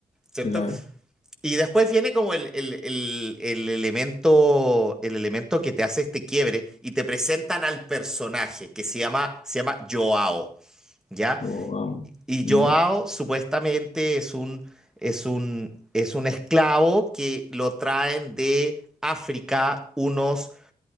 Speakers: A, in the centre; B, on the left (about 45°).
A: ¿cierto?
B: Claro.
A: Y después viene como el, el, el, el elemento, el elemento que te hace este quiebre y te presentan al personaje que se llama, se llama Joao. ¿Ya?
B: Yo, wow.
A: Y
B: Ya.
A: Joao supuestamente es un, es un, es un esclavo que lo traen de África unos,